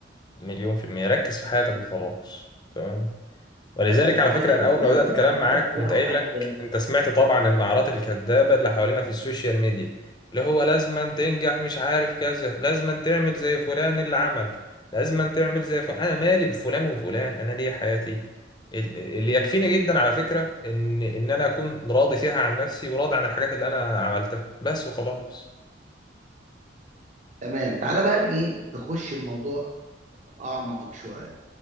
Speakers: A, on the left (about 25°); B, on the right (about 40°).
A: مليون في المية ركز في حياتك وخلاص تمام ولذلك
B: ركز
A: على
B: في حياتك
A: فكرة أنا
B: وخلاص
A: أول ما بدأت
B: بقى
A: كلام
B: مالكش
A: معاك
B: دعوه
A: قمت قايل
B: بحد
A: لك
B: تاني
A: أنت سمعت طبعا النعرات الكذابة اللي حوالينا في السوشيال ميديا اللي هو لازما تنجح مش عارف كذا لازما تعمل زي فلان اللي عمل لازما تعمل زي فلان أنا مالي بفلان وفلان أنا ليه حياتي ال- اللي يكفيني جدا على فكرة إن إن أنا أكون راضي فيها عن نفسي وراضي عن الحاجات اللي أنا عملتها بس وخلاص
B: تمام تعالى بقى ايه نخش الموضوع اعمق شويه